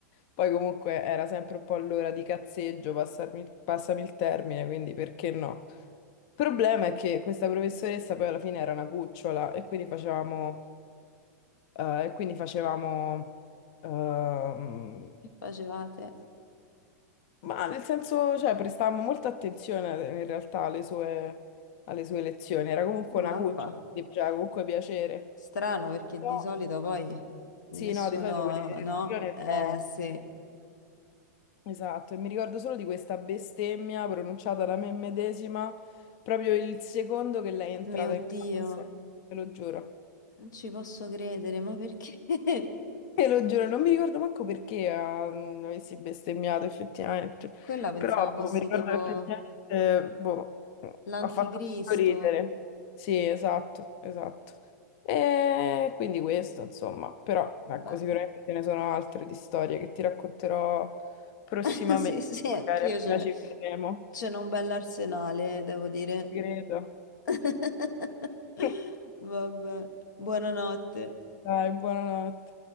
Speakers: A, on the left; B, on the left.
A: Poi comunque era sempre un po' all'ora di cazzeggio, passarmi- passami il termine, quindi perché no? Il problema è che questa professoressa poi alla fine era una cucciola e quindi facevamo, eh, e quindi facevamo ehm,
B: Che facevate?
A: ma nel senso, cioè, prestavamo molta attenzione in realtà alle sue, alle sue lezioni. Era comunque una
B: Mappa.
A: cuccia, quindi faceva comunque piacere.
B: Strano perché
A: Però,
B: di solito poi nessuno,
A: sì, no, di solito quelle lezioni
B: no? Eh
A: sono-
B: sì,
A: Esatto, e mi ricordo solo di questa bestemmia pronunciata da me medesima proprio il secondo che lei è entrata
B: mio Dio,
A: in classe, te lo giuro.
B: non ci posso credere, ma perché? <laughs>
A: Te lo giuro, non mi ricordo manco perché ah, mm, avessi bestemmiato effettivamente,
B: Quella pensavo
A: però boh,
B: fossi
A: mi ricordo
B: tipo
A: che effettivamente, boh,
B: l'anticristo.
A: ha fatto molto ridere. Sì, esatto, esatto. E quindi questo, insomma, però
B: Beh,
A: ecco, sicuramente ce ne sono altre di storie che ti racconterò prossimamente,
B: <laughs> sì, sì, anch'io
A: magari appena
B: c'è
A: ci vedremo.
B: c'è un bell'arsenale, devo dire.
A: Ci Credo.
B: <laughs>
A: <laughs>
B: Vabbè, buonanotte.
A: Dai, buonanotte.